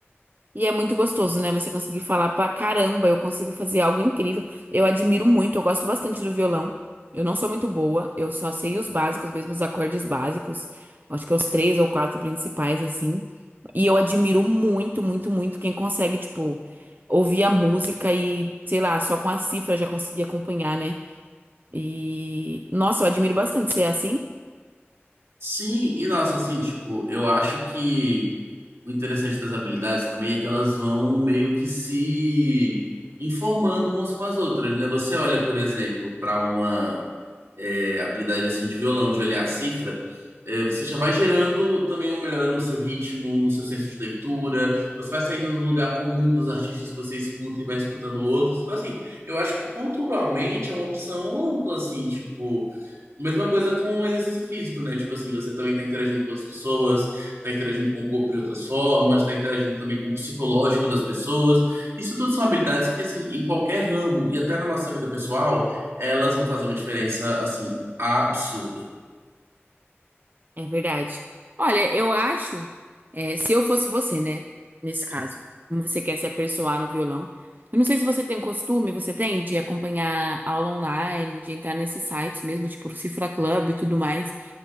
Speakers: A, on the right (about 45°); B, on the right (about 80°).
A: E é muito gostoso, né? Você conseguir falar pra caramba, eu consigo fazer algo incrível. Eu admiro muito, eu gosto bastante do violão. Eu não sou muito boa, eu só sei os básicos, mesmo os acordes básicos. Acho que os três ou quatro principais, assim. E eu admiro muito, muito, muito quem consegue, tipo, ouvir a música e, sei lá, só com a cifra já conseguir acompanhar, né? E, nossa, eu admiro bastante ser assim.
B: Sim, e nossa, assim, tipo, eu acho que o interessante das habilidades também é que elas vão meio que se informando umas com as outras, né? Você olha, por exemplo, para uma é, habilidade assim de violão, de olhar a cifra, é, você já vai gerando também uma melhora no seu ritmo, no seu senso de leitura, você vai saindo do lugar comum dos artistas que você escuta e vai escutando outros. Então, assim, eu acho que culturalmente é uma opção ampla, assim, tipo. Mesma coisa com o exercício físico, né? Tipo assim, você também tá interagindo com outras pessoas, tá interagindo com o corpo de outras formas, tá interagindo também com o psicológico das pessoas. Isso tudo são habilidades que, assim, em qualquer ramo e até na nossa vida pessoal, elas vão fazer uma diferença, assim, absurda.
A: É verdade. Olha, eu acho, é, se eu fosse você, né? Nesse caso, como você quer se aperfeiçoar no violão. Eu não sei se você tem o costume, você tem, de acompanhar aula online, de entrar nesses sites mesmo, tipo o Cifra Club e tudo mais,